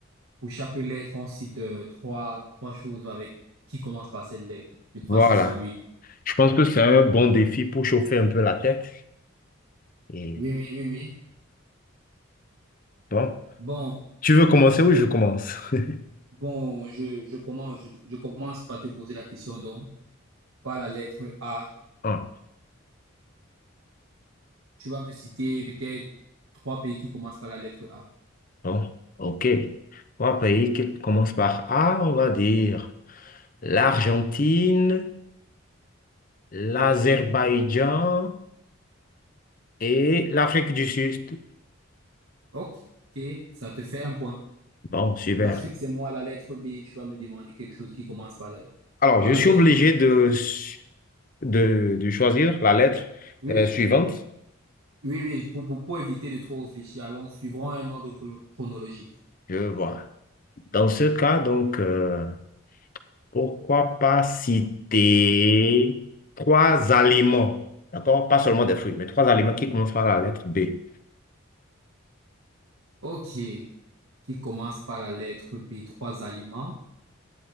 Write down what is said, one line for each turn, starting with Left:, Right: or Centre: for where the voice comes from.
Right: pour chaque lettre, on cite euh, trois, trois choses avec qui commence par cette lettre. Je crois
Left: voilà.
Right: que c'est ça, oui.
Left: Je pense que c'est un bon défi pour chauffer un peu la tête. Et
Right: Oui, oui, oui, oui.
Left: bon,
Right: Bon,
Left: tu veux commencer ou je
Right: oh,
Left: commence? <laughs>
Right: bon, je, je commence, je, je commence par te poser la question donc, par la lettre A.
Left: Ah,
Right: Tu vas me citer peut-être trois pays qui commencent par la lettre A.
Left: bon, ok. Trois pays qui commencent par A, on va dire l'Argentine, l'Azerbaïdjan et l'Afrique du Sud.
Right: Ok, ça te fait un point.
Left: Bon, super.
Right: La suite, c'est moi, la lettre B. Tu vas me demander quelque chose qui commence par la,
Left: Alors,
Right: par
Left: je
Right: la
Left: suis
Right: lettre
Left: obligé
Right: B.
Left: de, de, de choisir la lettre
Right: Oui,
Left: euh, suivante.
Right: oui, oui, pour, pour, pour éviter de trop réfléchir, allons, suivrons un ordre chrono- chronologique.
Left: Je vois. Dans ce cas, donc, euh, pourquoi pas citer trois aliments, d'accord? Pas seulement des fruits, mais trois aliments qui commencent par la lettre B.
Right: Ok, qui commence par la lettre B, trois aliments.